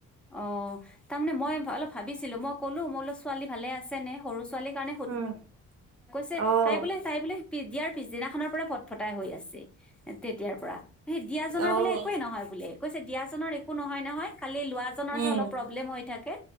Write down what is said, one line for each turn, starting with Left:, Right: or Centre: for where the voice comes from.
Centre: অ তাৰ মানে মই অলপ ভাবিছিলো মই ক'লো মোৰ অলপ ছোৱালী ভালে আছে নে সৰু কাৰ
Right: উম,
Centre: সো
Right: অঁ,
Centre: কৈো পিছদিনাখনৰ পৰা ফটফটাই হৈ আছে তেতিয়াৰ পৰা সেই দিয়াজনৰ
Right: অঁ।
Centre: বোলে একোৱে নহয় বোলে কৈছে দিয়াজনৰ একো নহয় নহয় খালি লোৱা অলপ
Right: উম,
Centre: প্ৰব্লেম হৈ থাকে